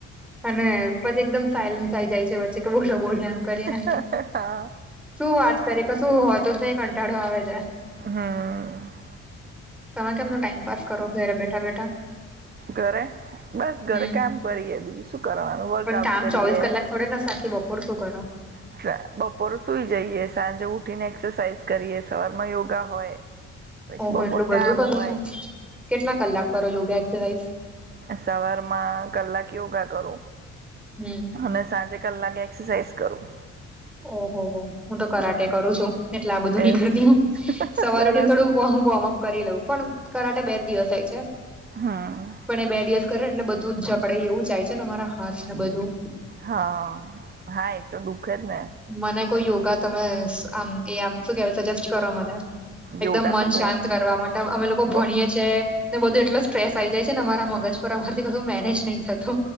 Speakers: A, in the centre; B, on the right.
A: અને પછી એકદમ સાયલન્સ આઈ જાય છે વચ્ચે કે બોલો બોલો એમ. કરીને
B: <unintelligible> હા.
A: શું વાત કરી કશું હો તુ જ નહી કંટાળો આવે છે.
B: હા.
A: તમે કેમનો ટાઈમ પાસ કરો ઘરે બેઠા બેઠા.
B: ઘરે બસ ઘરે
A: હમ
B: કામ કરીએ બીજું શું કરવાનું વર્કઆઉટ
A: પણ કામ
B: કરીએ.
A: <unintelligible> ના આખી બપોર શું કરો.
B: એટલે બપોરે સુઈ જઈએ સાંજે ઉઠી ને એક્સરસાાઈઝ કરીએ સવાર માં યોગા હોય. પછી
A: ઓહો
B: બપોર
A: એટલું બધું
B: કામ
A: કરો
B: હોય
A: છો કેટલા કલાક કરો યોગા એક્સરસાઇઝ.
B: સવાર માં કલાક યોગા કરું.
A: હમ્મ.
B: અને સાંજે કલાકે એક્સરસાઇઝ કરું.
A: ઓહો હો હું તો કરાટે
B: હમ
A: કરું છું. એટલે આ બધું નઈ
B: એવું
A: કરતી
B: છે
A: હું સવાર
B: સરસ
A: ઉઠી થોડું વોર્મઅપ કરી લઉં. પણ કરાટે બે દિવસ હોય છે.
B: હા.
A: પણ એ બે દિવસ કરે ને એટલે બધું જકડાઈ એવું જાય છે ને મારા હાથ ને બધું.
B: હા હા એ તો દુઃખે જ ને.
A: મને કોઈ યોગા તમે એ આમ શું કેવાય કે સજેસ્ટ કરો મને. એકદમ
B: યોગા
A: મન
B: તો
A: શાંત
B: બહુ
A: કરવા માટે અમે લોકો ભણીએ
B: બહુ-
A: છે ને બધું એટલો સ્ટ્રેસ આ આવી જાય છે ને અરા મગજ પર અમારથી કું મેનેજ નહી થત તો